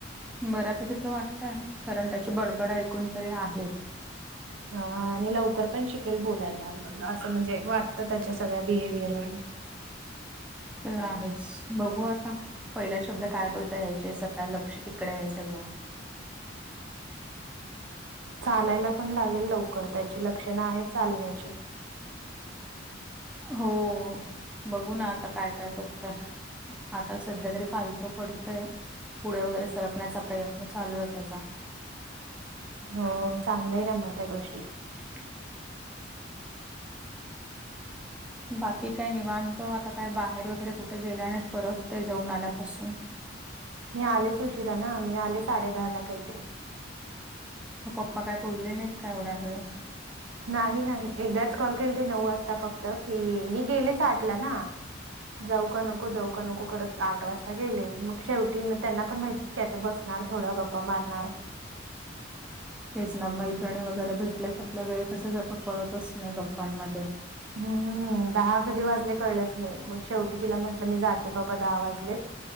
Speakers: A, in the centre; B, on the right.
A: बऱ्यापैकी तर वाटतय कारण त्याची बडबड ऐकून तरी आहे.
B: हा आणि लवकर पण शिकेल बोलायला असं म्हणजे वाटतं त्याच्या सगळ्या बिहेवियर वरून.
A: ते आहेच बघू आता. पहिला शब्द काय बोलताय यायचेच आता लक्ष तिकडे आहे सगळं.
B: चालायला पण लागेल लवकर त्याची लक्षणं आहेत चालण्याची.
A: हो बघू ना आता काय काय करतय आता सध्या तरी पाल त पडतय पुढे वगैरे सरकण्याचा प्रयत्न चालू आहे त्याचा.
B: हो चांगलं आहे ना मग त्या गोष्टी.
A: <unintelligible> बाकी काय निवांत ओ आता काय बाहेर वगैरे कुठे गेल्या नाहीत परत ते जाऊन आल्यापासून.
B: मी आलेच उशिरा ना मी आले साडे दहा ला काहीतरी.
A: मग पप्पा काय बोलले नाहीत का एवढा वेळ?
B: नाही-नाही एकदाच कॉल केल ते नऊ वाजता फक्त की, मी गेलेच आटला ना जाऊ का नको जाऊ का नको करत आठ वाजता गेले मग शेवटी मग त्यांना पण माहिती की आता बसणार. थोडं गप्पा मारणार.
A: तेच ना मैत्रिणी वगैरे भेटल्या की आपला वेळ कसा जातो कळतच नाही गप्पांमध्ये.
B: हम्म दहा कधी वाजले कळलंच नाही मग शेवटी तिला म्हंटलं मी जाते बाबा दहा वाजलेत.